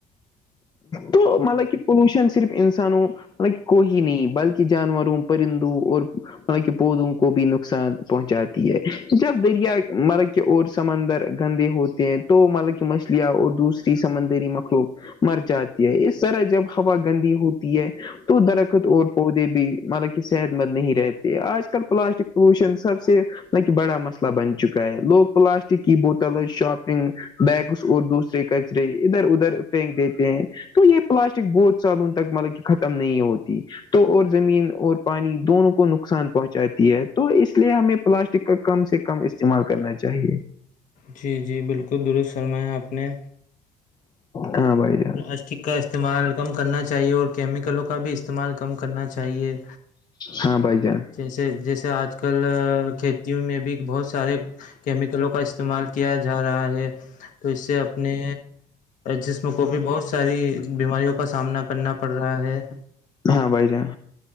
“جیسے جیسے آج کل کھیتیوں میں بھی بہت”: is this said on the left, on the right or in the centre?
Left